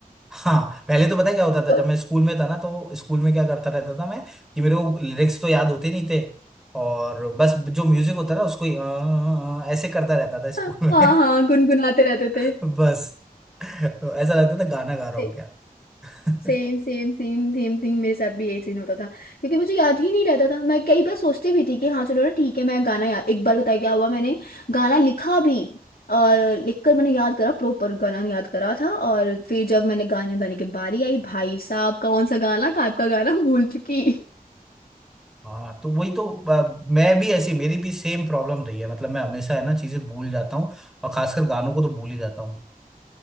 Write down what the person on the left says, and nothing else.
तो-
हाँ
हाँ गुनगुनाते रहते
थे
Same same same same thing मेरे साथ भी यही सीन होता था क्योंकि मुझे याद ही नहीं रहता था मैं कई बार सोचती भी थी कि हाँ चलो ना ठीक है मैं गाना या एक बार बताया क्या हुआ मैंने गाना लिखा भी और लिखकर मैंने याद करा प्रॉपर गाना याद करा था और फिर जब मैंने गाने गाने की बारी आई भाई साहब कौन सा गाना का आपका गाना <laughs> भूल चुकी